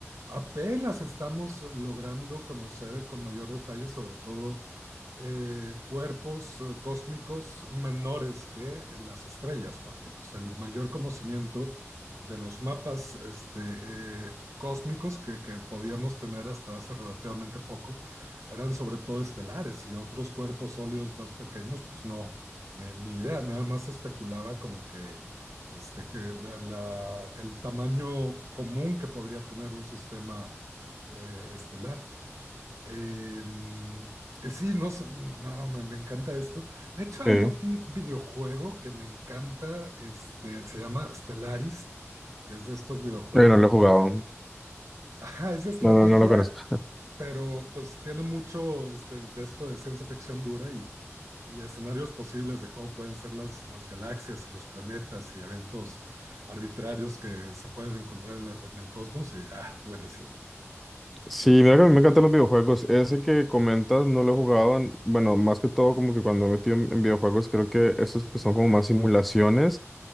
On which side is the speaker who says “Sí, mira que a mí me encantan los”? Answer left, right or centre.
Centre